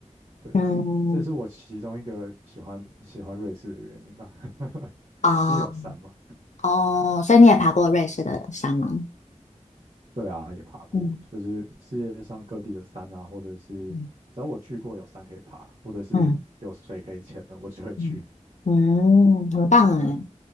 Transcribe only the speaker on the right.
对，
这也是我其中一个喜欢喜欢瑞士的原因吧，<laughs>
因为有山嘛。
对啊，也爬过，
就是世界上各地的山啊，或者是只要我去过有山可以爬，
或者是有水可以潜的，
我就会去。
对